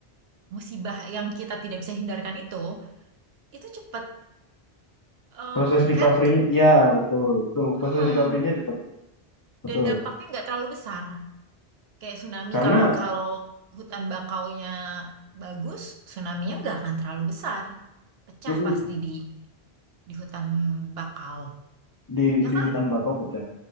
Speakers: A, on the right; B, on the left.
A: musibah yang kita tidak bisa hindarkan itu, itu cepat. Eh,
B: Proses recovery-nya,
A: kan?
B: ya betul, betul. Proses
A: Hmm.
B: recovery-nya cepat, betul.
A: Dan dampaknya nggak terlalu besar. Kayak tsunami,
B: Karena
A: kalau kalau hutan bakaunya bagus, tsunami-nya nggak akan terlalu besar. Pecah
B: mm-mm,
A: pasti di di hutan bakau
B: di
A: ya
B: di
A: kan
B: hutan bakau pecah.